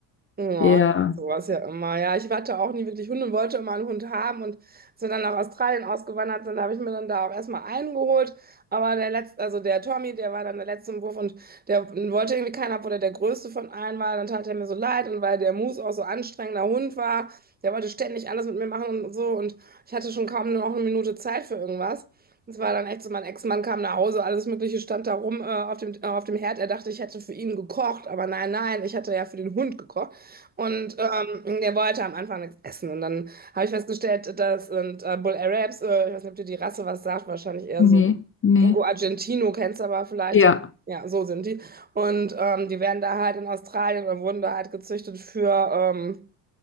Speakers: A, on the right; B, on the left.
A: Ja,
B: ja,
A: ich mach sowas ja immer. Ja, ich hatte auch nie wirklich Hunde und wollte immer einen Hund haben. Und als wir dann nach Australien ausgewandert sind, habe ich mir dann da auch erstmal einen geholt. Aber der letzte, also der Tommy, der war dann der letzte im Wurf und der wollte irgendwie keinen, obwohl er der größte von allen war. Dann tat er mir so leid und weil der Moose auch so anstrengender Hund war, der wollte ständig alles mit mir machen und so. Und ich hatte schon kaum noch eine Minute Zeit für irgendwas. Es war dann echt so, mein Ex-Mann kam nach Hause, alles Mögliche stand da rum äh, auf dem, äh, auf dem Herd. Er dachte, ich hätte für ihn gekocht, aber nein, nein, ich hatte ja für den Hund gekocht. Und ähm, der wollte am Anfang nichts essen. Und dann habe ich festgestellt, das sind äh, Bull Arabs, äh, ich weiß nicht, ob dir die Rasse was sagt, wahrscheinlich eher
B: nee,
A: so
B: nee,
A: Dogo Argentino, kennst du aber vielleicht,
B: ja.
A: ja, ja, so sind die. Und ähm, die werden da halt in Australien oder wurden da halt gezüchtet für, ähm,